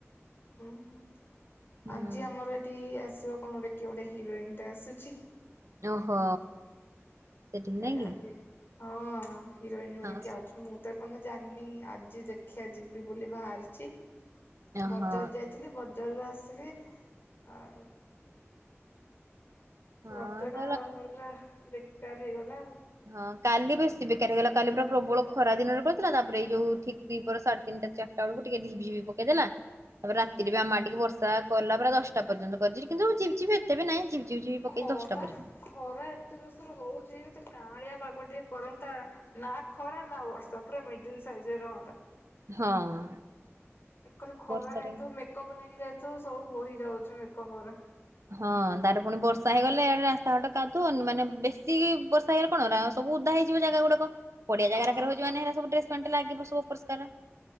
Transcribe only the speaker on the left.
ଉଁ, ହୁଁ
ଆଜି ଆମର ଏଠି ଆସିବ କଣ ଗୋଟେ କିଏ ଗୋଟେ ହିରୋଇନ ଟା ଆସିଛି।
<unintelligible> ହଁ,
ହିରୋଇନ ଗୋଟେ
କିଏ ଆଉଚି ମୁଁ ମୁଁ ତ ଏପର୍ଯ୍ୟନ୍ତ ଜାଣିନି ଆଜି ଦେଖିବା ଯିବି ବୋଲି ବାହାରିଛି
ବଜାର ଯାଇ ଥିଲି ବଜାରରୁ ଆସିଲି ଆ
ରଜ ଟା,
ମୋର ପୁରା ବେକାର ହେଇଗଲା ଆଉ।
ଖରା
ଖରା ଏତେ ଯୋରଷେ ହଉଚି ଯଦି କାଆଁଳିଆ ପାଗ ଟିକେ କରନ୍ତା ନାଁ ଖରା, ନା ବର୍ଷା, ପୁରା ମିଡିଲ ସାଇଜରେ ରହନ୍ତା।
ଏକରେ ଖରା
ହେଇଥିବ ମେ ମେକପ୍ ନେଇକି ଯାଇଥିବୁ ସବୁ ବହି ଯାଉଚି ମେକଅପ୍ ଗୁରା।
ହଁ